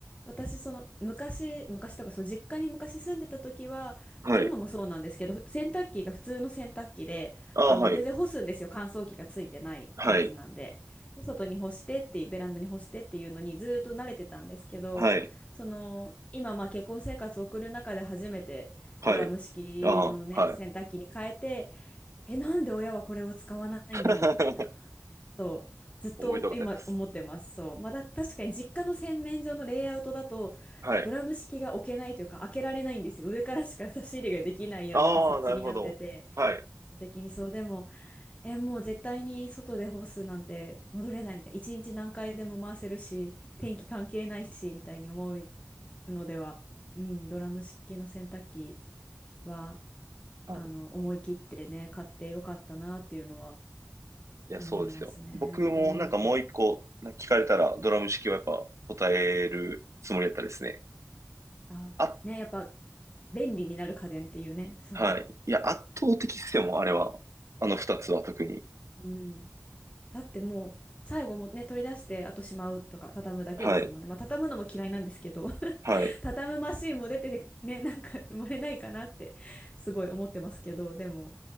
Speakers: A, on the left; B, on the right.
A: 私、その、昔、昔とか、そう、実家に昔住んでた時は、
B: はい。
A: まあ、今もそうなんですけど、洗濯機が普通の洗濯機で、
B: ああ、
A: あの、
B: はい。
A: 全然干すんですよ。乾燥機がついてないやつなんで。
B: はい。
A: で、外に干してっていう、ベランダに干してっていうのにずーっと慣れてたんですけど、
B: はい。
A: その、今、まあ、結婚生活を送る中で初めてドラム式のね、
B: はい。ああ、
A: 洗濯機に変えて、
B: はい。
A: え、なんで親はこれを使わないんだろうみたいな。
B: <laughs>
A: そうずっと今思ってます。
B: おめでとうございます。
A: そう。まだ確かに実家の洗面所のレイアウトだとドラム式が置けないというか開けられないんですよ。
B: はい。
A: 上からしか差し入れができないような、
B: ああ、
A: なんか設置になってて。
B: なるほど。はい。
A: 場所的にそうでも、え、もう絶対に外で干すなんて戻れないみたいな。一日何回でも回せるし、天気関係ないしみたいに思うのでは、うん、ドラム式の洗濯機は
B: はい。
A: あの思い切ってね、買ってよかったなっていうのは
B: いや、
A: 思いますね。
B: そうですよ。僕もなんかもう一個なんか聞かれたらドラム式はやっぱ答えるつもりだったですね。
A: うん。あ、
B: あ、
A: ね、やっぱ便利になる家電っていうね、そ
B: はい。いや、圧倒的っすよ、もうあれは。あの二つは特に。
A: う。うん。だってもう、最後もね、取り出して、あとしまうとか、畳むだけですもんね。
B: はい。
A: まあ、畳むのも嫌いなんですけど、<laughs>
B: はい。
A: 畳むマシンも出てて、ね、なんか生まれないかなって、すごい思ってますけど、でも、